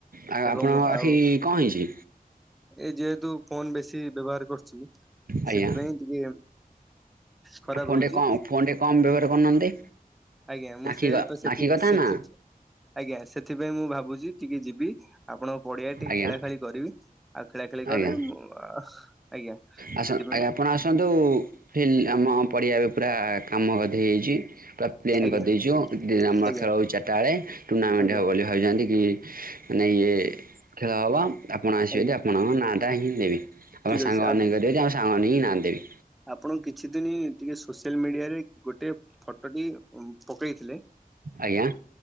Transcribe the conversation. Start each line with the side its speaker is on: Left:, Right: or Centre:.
Right: ଆଉ
Centre: ଏବଂ
Right: ଆପଣଙ୍କ ଆଖି
Centre: ଆଉ
Right: କଣ ହେଇଛି?
Centre: ଏଇ ଯେହେତୁ ଫୋନ ବେଶୀ ବ୍ୟବହାର କରୁଚି।
Right: ଆଜ୍ଞା
Centre: ସେଥିପାଇଁ ଟିକେ ଖରାପ
Right: ଫୋନ
Centre: ହଉଚି।
Right: ଟେ କମ ଫୋନ ଟେ କମ ବ୍ୟବହାର କରୁନାହାନ୍ତି।
Centre: ଆଜ୍ଞା ମୁଁ
Right: ଆଖି
Centre: ସେ ତ ସେଠି
Right: ଆଖି କଥା
Centre: ସେଠି
Right: ନା
Centre: ଆଜ୍ଞା ଆଜ୍ଞା ସେଥିପାଇଁ ମୁଁ ଭାବୁଚି ଟିକେ ଯିବି। ଆପଣଙ୍କ ପଡ଼ିଆ ଟିକେ
Right: ଆଜ୍ଞା
Centre: ଖେଳା ଖେଳି କରିବି ଆଉ ଖେଳା ଖେଳି କଲେ
Right: ଆଜ୍ଞା
Centre: ମୁ ଆଜ୍ଞା
Right: ଆସ
Centre: ସେଥି
Right: ଆଜ୍ଞା ଆପଣ ଆସନ୍ତୁ ଫିଲ୍ ଆମ ପଡ଼ିଆରେ ପୁରା କାମ ଅଧେ ହେଇଛି। ପୁରା ପ୍ଲେନ୍
Centre: ଆଜ୍ଞା
Right: କରିଦେଇଛୁ ଦ ଆମର
Centre: ଆଜ୍ଞା
Right: ଖେଳ ହେଉଚି ଚାରିଟା ବେଳେ ଟୁର୍ଣ୍ଣାମେଣ୍ଟ
Centre: ଆଜ୍ଞା
Right: ହେବ ବୋଲି ଭାବିଛନ୍ତି କି ମାନେ ଇଏ ଖେଳ ହେବ ଆପଣ ଆସିବେଯଦି
Centre: ଆଜ୍ଞା
Right: ଆପଣଙ୍କ ନାଁଟା ହିଁ ଦେବି। ଆପଣ
Centre: ଠିକ
Right: ସାଙ୍ଗମାନେ
Centre: ଅଛି
Right: କରିବେ ଯଦି ଆପଣ ସାଙ୍ଗମାନେ ହିଁ ନାଦେବି।
Centre: ଆପଣ କିଛି ଦିନ ଟିକେ ସୋସିଆଲ ମିଡ଼ିଆରେ ଗୋଟେ ଫଟୋ ଟି ପକେଇଥିଲେ।
Right: ଆଜ୍ଞା